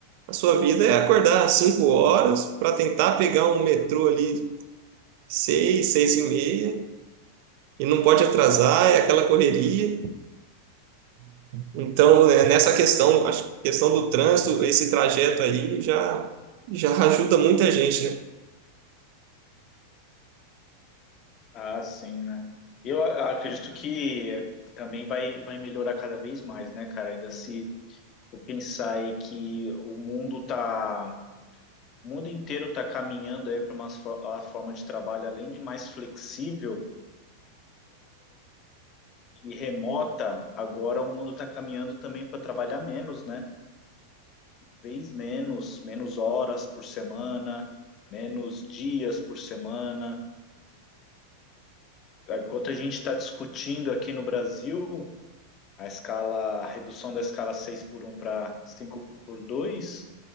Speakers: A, on the right; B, on the left.
A: a sua vida é acordar 5 horas para tentar pegar um metrô ali seis 6 e meia, e não pode atrasar, é aquela correria. Então, né, nessa questão, a questão do trânsito, esse trajeto aí já, já ajuda muita gente, né?
B: Ah, sim, né? Eu a- acredito que também vai, vai melhorar cada vez mais, né, cara? Ainda se eu pensar aí que o mundo tá, o mundo inteiro tá caminhando aí para uma fo- a forma de trabalho além de mais flexível e remota, agora o mundo tá caminhando também para trabalhar menos, né? vez menos, menos horas por semana, menos dias por semana. Enquanto a gente está discutindo aqui no Brasil a escala, a redução da escala 6 por um para 5 por 2,